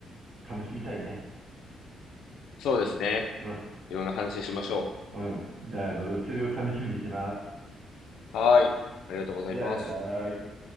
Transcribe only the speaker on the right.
楽しみたいね。
うん、
うん。じゃあ、あの、それを楽しみにしてます。
じゃあ、はーい。